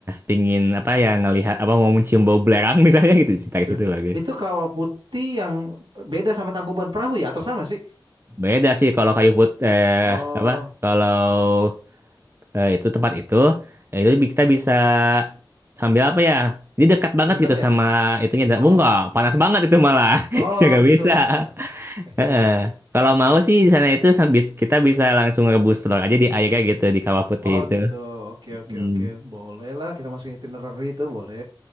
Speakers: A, on the right; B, on the right.
A: pingin apa ya ngelihat apa mau mencium bau belerang <laughs> misalnya gitu di sekitar
B: Eh,
A: situ bagus.
B: Itu kawah putih yang beda sama Tangkuban Perahu ya? Atau sama sih?
A: Beda sih kalau kayu put eh
B: Oh,
A: apa kalau eh, itu tempat itu eh, itu bi- kita bisa sambil apa ya? Ini dekat banget
B: Berendam
A: gitu sama
B: ya?
A: itunya.
B: oh,
A: Bu enggak, panas banget itu malah. <laughs>
B: oh
A: nggak
B: gitu.
A: bisa.
B: <laughs>
A: Heeh.
B: Iya ya.
A: Kalau mau sih di sana itu sambil kita bisa langsung rebus telur aja di airnya gitu di kawah putih
B: Oh
A: itu.
B: gitu. Oke oke
A: Mm,
B: oke. Boleh lah kita masukin itinerary itu boleh.